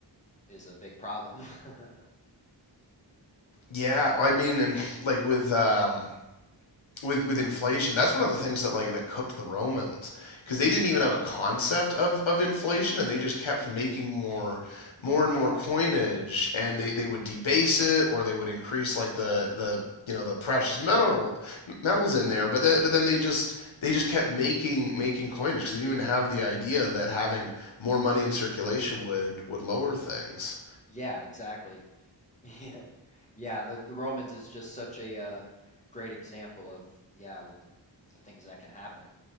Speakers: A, on the left; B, on the left.
A: is a big problem. <laughs>
B: yeah, I mean, and like with um, with with inflation that's one of the things that like that cooked the romans because they didn't even
A: Yep.
B: have a concept of of inflation and they just kept making more more and
A: Yeah.
B: more coinage and they they would debase it or they would increase like
A: Exactly.
B: the the you know the precious metal metals in there but then but then they just they just kept making making coinage because they didn't even have the idea that having more money in circulation would would lower things
A: Yeah. Exactly. <laughs> Yeah. Yeah, the the Romans is just such a uh, great example of yeah, with the, the things that can happen